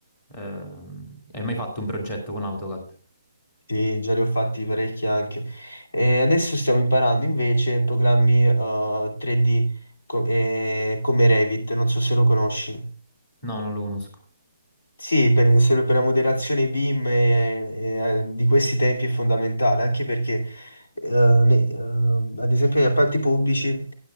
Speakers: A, on the left; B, on the left.
A: Ehm, hai mai fatto un progetto con AutoCAD?
B: Sì, già ne ho fatti parecchi anche. E adesso stiamo imparando invece programmi eh, 3D co- eh, come Revit, non so se lo conosci.
A: No, non lo conosco.
B: Sì, per, serve per la moderazione BIM e- e, eh, di questi tempi è fondamentale, anche perché, eh, ne- ehm, ad esempio, negli appalti pubblici